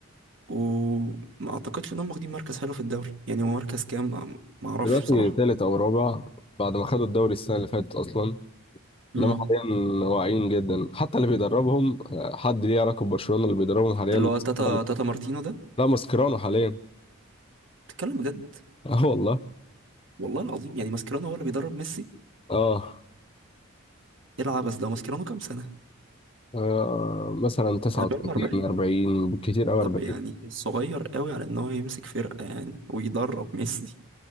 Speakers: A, on the right; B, on the left.
A: وما اعتقدش انهم واخدين مركز حلو في الدوري يعني هو مركز كام ما ما اعرفش
B: دلوقتي
A: بصراحة
B: تالت أو رابع بعد ما خدوا الدوري السنة اللي فاتت أصلا
A: امم
B: انما حاليا واعيين جدا حتى اللي بيدربهم آه، حد ليه علاقه ببرشلونه اللي بيدربهم حاليا
A: اللي
B: ماسكيرانو.
A: هو تاتا تاتا مارتينو ده
B: لا ماسكيرانو حاليا
A: تتكلم بجد
B: <laughs> اه والله
A: والله العظيم يعني ماسكيرانو هو اللي بيدرب ميسي
B: اه
A: العب بس ده ماسكيرانو كام سنة
B: آه، مثلا 39
A: ده بيلم 40
B: 40 بالكتير قوي 40
A: طب يعني صغير قوي على ان هو يمسك فرقة يعني ويدرب ميسي